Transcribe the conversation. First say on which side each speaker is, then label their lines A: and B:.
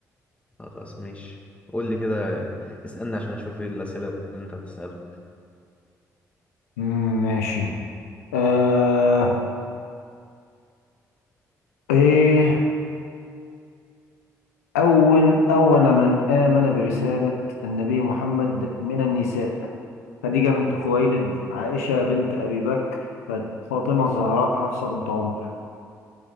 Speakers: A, on the left (about 15°); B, on the left (about 85°).
A: خلاص ماشي قول لي كده اسألني عشان اشوف ايه الأسئلة اللي انت هتسألها
B: مم، ماشي آه إيه أول أول من آمن برسالة النبي محمد من النساء خديجة بنت خويلد عائشة بنت أبي بكر فاطمة الزهراء حفصة بنت عمر